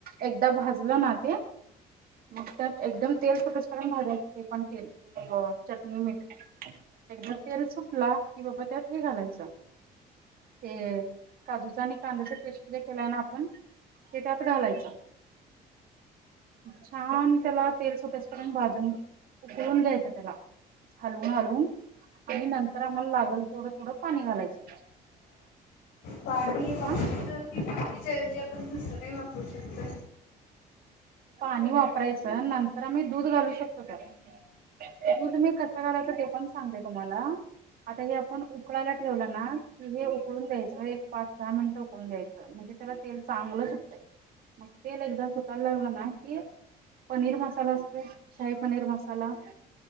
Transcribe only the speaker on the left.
पाणी वापरायचं
कि पाण्याच्या ऐवजी आपण दुसरं काही वापरू शकतो.